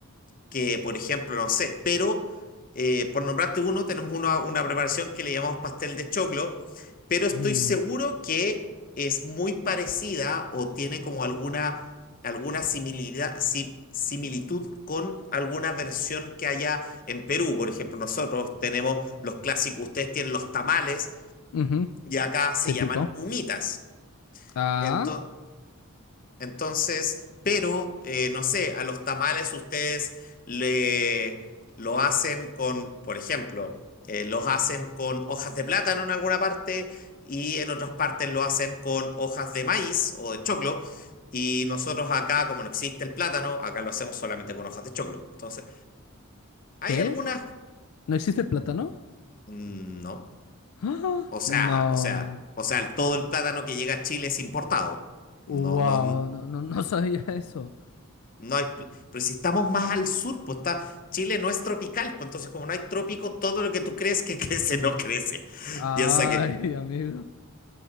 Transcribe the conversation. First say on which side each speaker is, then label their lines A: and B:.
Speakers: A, on the left; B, on the left.
A: que, por ejemplo, no sé, pero eh, por nombrarte uno, tenemos una, una preparación que le llamamos pastel de choclo, pero estoy
B: mm,
A: seguro que es muy parecida o tiene como alguna, alguna similidad, si- similitud con alguna versión que haya en Perú. Por ejemplo, nosotros tenemos los clásicos, ustedes tienen los tamales
B: ujú,
A: y acá se
B: típico.
A: llaman humitas.
B: Ah,
A: Entonces, entonces, pero eh, no sé, a los tamales ustedes le lo hacen con, por ejemplo, eh, los hacen con hojas de plátano en alguna parte y en otras partes lo hacen con hojas de maíz o de choclo. Y nosotros acá, como no existe el plátano, acá lo hacemos solamente con hojas de choclo. Entonces, hay
B: ¿qué?
A: algunas,
B: ¿No existe el plátano?
A: Mm, no.
B: ¡Ah!
A: O sea,
B: No.
A: o sea, o sea, todo el plátano que llega a Chile es importado.
B: Wow,
A: No, no.
B: no, no, no <laughs> sabía eso.
A: No hay, pl- pero si estamos más al sur, pues está, Chile no es tropical, pues entonces como no hay trópico, todo lo que tú crees que <laughs> crece no crece.
B: Ay,
A: Piensa que,
B: amigo.